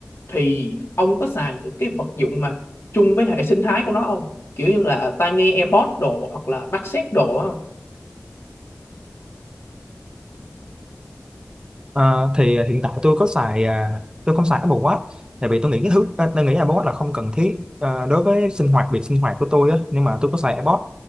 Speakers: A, on the left (about 60°); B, on the right (about 20°).
A: thì ông có xài những cái vật dụng mà chung với hệ sinh thái của nó không kiểu như là tai nghe AirPods đồ hoặc là mắt xếp đồ á
B: Ờ, thì ờ, hiện tại tôi có xài à, tôi không xài Apple Watch tại vì tôi nghĩ cái thứ à, tôi nghĩ Apple Watch là không cần thiết à, đối với sinh hoạt việc sinh hoạt của tôi á nhưng mà tôi có xài AirPods